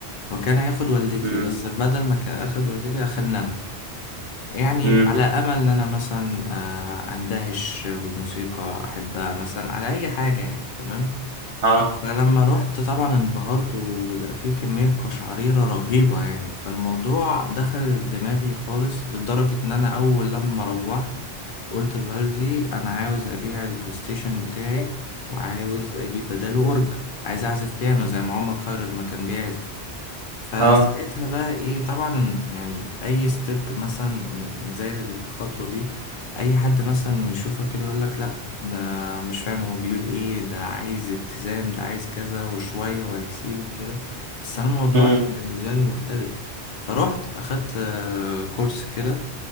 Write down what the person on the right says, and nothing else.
مم.
مم.
اه
اه
مم.